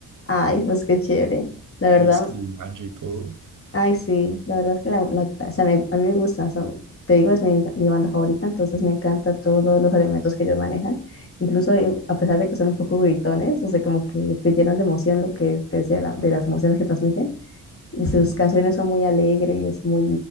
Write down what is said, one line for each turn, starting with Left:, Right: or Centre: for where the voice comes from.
Left: Ay, pues qué chévere. La verdad,
Right: Y es que el banjo y todo,
Left: Ay, sí, la verdad es que la, la- o sea, me- a mí me gusta, o te digo, es mi, mi banda favorita, entonces me encanta todos los elementos que ellos manejan, incluso eh, a pesar de que son un poco gritones, no sé, como que te llenan de emoción lo que te decía, de, la- de las emociones que transmiten, y sus
Right: mm,
Left: canciones son muy alegres, muy,